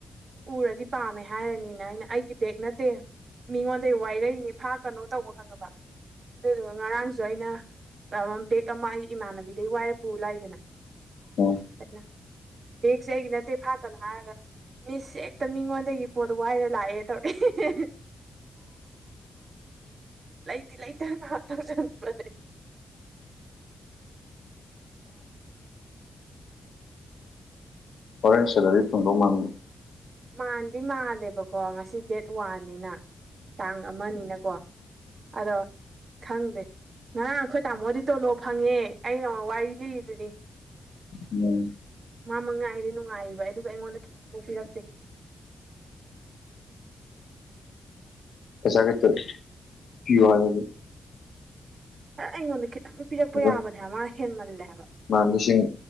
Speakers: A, on the right (about 60°); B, on the left (about 75°).
A: ꯎꯔꯗꯤ ꯄꯥꯝꯃꯦ ꯍꯥꯏꯔꯅꯤꯅ ꯑꯩꯅ ꯑꯩꯒꯤ ꯕꯦꯒ ꯅꯠꯇꯦ ꯃꯤꯉꯣꯟꯗꯒꯤ ꯋꯥꯏꯔꯛꯏꯅꯦ ꯐꯥ ꯀꯩꯅꯣ ꯇꯧꯕ ꯈꯪꯉꯕ ꯑꯗꯨꯗꯨ ꯉꯔꯥꯡꯁꯨ ꯑꯩꯅ ꯕꯦꯛ ꯑꯃ ꯑꯩ ꯏꯃꯥꯟꯅꯕꯤꯗꯩ ꯋꯥꯏꯔ ꯄꯨ ꯂꯥꯛꯏꯗꯅ
B: ꯎꯝ
A: ꯑꯩꯅ ꯕꯒꯁꯦ ꯑꯩꯒꯤ ꯅꯠꯇꯦ ꯐꯥꯛꯀꯅꯨ ꯍꯥꯏꯔꯒ ꯃꯤꯁ ꯍꯦꯛꯇ ꯃꯤꯉꯣꯟꯗꯒꯤ ꯄꯣꯠ ꯋꯥꯏꯔ ꯂꯥꯛꯑꯦ ꯇꯧꯔꯛꯑꯦ
B: <inaudible>
A: ꯂꯥꯏꯇꯤ ꯂꯩ ꯇꯅ <unintelligible>
B: ꯍꯣꯔꯦꯟ ꯁꯦꯂꯔꯤ ꯐꯪꯗꯧ ꯃꯥꯟꯕ
A: ꯃꯥꯟꯗꯤ ꯃꯥꯜꯂꯦꯕꯀꯣ ꯉꯁꯤ ꯗꯦꯠ ꯋꯥꯟꯅꯤꯅ ꯇꯥꯡ ꯑꯃꯅꯤꯅꯀꯣ ꯑꯗꯣ ꯈꯪꯗꯦ ꯉꯍꯥ ꯑꯩꯈꯣꯏ ꯇꯥꯃꯣꯗꯤ ꯇꯣꯂꯣ ꯐꯪꯉꯦ ꯑ ꯅ ꯑꯃ ꯋꯥꯔꯤ ꯂꯤꯔꯤꯗꯨꯅꯤ
B: ꯎꯝ
A: ꯃꯥ ꯃꯉꯥꯏꯔꯦ ꯅꯨꯡꯉꯥꯏꯔꯤꯕ ꯑꯗꯨꯒ ꯑꯩꯉꯣꯟꯗ ꯈꯤꯇꯪꯕꯨ ꯄꯤꯔꯛꯇꯦ
B: ꯄꯩꯁꯥ ꯈꯤꯇ ꯄꯤꯌꯨ ꯍꯥꯏ
A: ꯈꯔ ꯑꯩꯉꯣꯟꯗ ꯈꯤꯇꯪ ꯄꯤꯔꯛꯄ
B: ꯍꯣꯏ
A: ꯌꯥꯕꯅꯦ ꯍꯥꯏꯕ ꯃꯥ ꯍꯦꯟꯃꯜꯂꯦ ꯍꯥꯏ
B: ꯃꯥ ꯂꯤꯁꯤꯡ